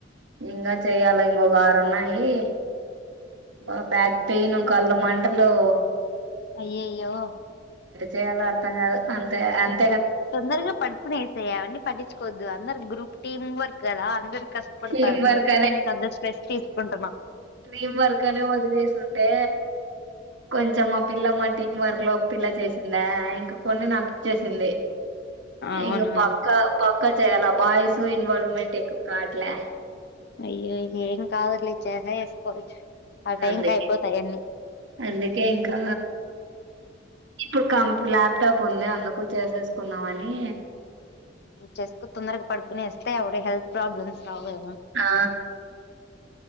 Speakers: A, on the right; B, on the left.
A: ఇంకా చెయ్యాల ఇంకొకారు ఉన్నాయి బ బ్యాక్ పెయిన్ కళ్ళ మంటలు
B: అయ్యో అయ్యో
A: చేయలో అర్థం కాదు అంతే అ
B: తొందరగా పడుకునే స అవన్నీ పట్ంచుకోవద్దు అందరు గ్రూప్ టీమ్ వర్క్ కదా అందరు కష్టపడతారుని
A: టీం వర్క్
B: వచ్చి ఎందుకు అంత స్ట్రెస్ తీసుకుంటున్నాం
A: ట్రీమ్ వర్క్ అనే వదిలేసింటే కొంచం మా పిల్ల మా టీం వర్క్ లో ఒక పిల్ల చేసిందా ఇంక కొన్ని నాకు ఇచ్చేసింది
B: అవునా
A: ఇం పక్క పక్క చేయ్యాల బాయ్స్ ఇన్వాల్వ్మెంట్ ఎక్కువ కాట్లే
B: అయ్యో ఏం కాదు లే చేసా వేసుకోవచ్చు ఆ టైం
A: అందుకే
B: క అయిపోతాయిన్నీ
A: అందుకే ఇంకా ఇప్పుడు కంప్లా లెప్టాప్ ఉంది అందుకు చేసేసుకున్నామని
B: చెసుకు తొందరగా పడుకునే వస్తేయి అవిడ హెల్త్ ప్రాబ్లమ్స్ రావు కదా
A: ఆ